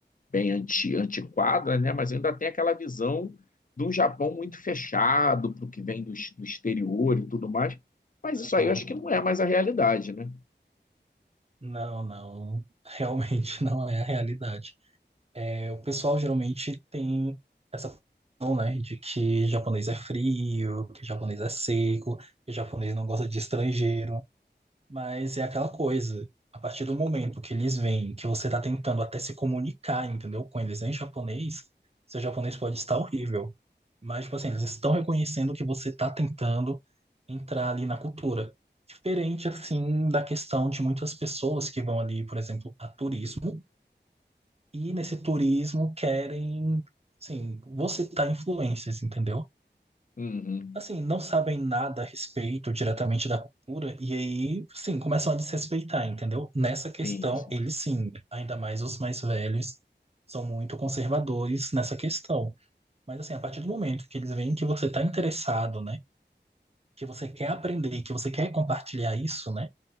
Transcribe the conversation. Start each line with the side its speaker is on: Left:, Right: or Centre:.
Left: bem anti, antiquada, né? Mas ainda tem aquela visão de um Japão muito fechado para o que vem do, ex- do exterior e tudo mais. Mas
Right: Aham.
Left: isso aí eu acho que não é mais a realidade, né?
Right: Não, não, realmente <laughs> não é a realidade. É, O pessoal geralmente tem essa noção, né, de que japonês é frio, que japonês é seco, que japonês não gosta de estrangeiro, mas é aquela coisa. A partir do momento que eles veem que você está tentando até se comunicar, entendeu, com eles em japonês, seu japonês pode estar horrível. Mas, tipo assim, eles estão reconhecendo que você está tentando entrar ali na cultura. Diferente, assim, da questão de muitas pessoas que vão ali, por exemplo, a turismo e nesse turismo querem, assim, você citar influências, entendeu?
Left: Uhum.
Right: Assim, não sabem nada a respeito diretamente da cultura e aí, sim, começam a desrespeitar, entendeu? Nessa questão,
Left: Sim, sim.
Right: eles sim, ainda mais os mais velhos, são muito conservadores nessa questão. Mas assim, a partir do momento que eles veem que você está interessado, né? Que você quer aprender, que você quer compartilhar isso, né?